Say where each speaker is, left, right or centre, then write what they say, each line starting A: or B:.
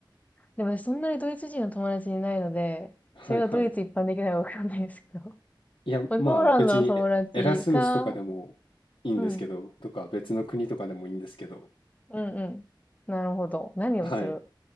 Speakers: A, on the left; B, on the left.
A: でも私そんなにドイツ人の友達いないので、
B: はいはい。
A: それがドイツ一般的なのかわかんないですけど。<laughs>
B: いや、
A: まあポーランドの友達か、
B: まあ別にエ、エラスムスとかでもいいんですけど、
A: うん。
B: とか別の国とかでもいいんですけど、
A: うんうん。なるほど。何をする
B: はい、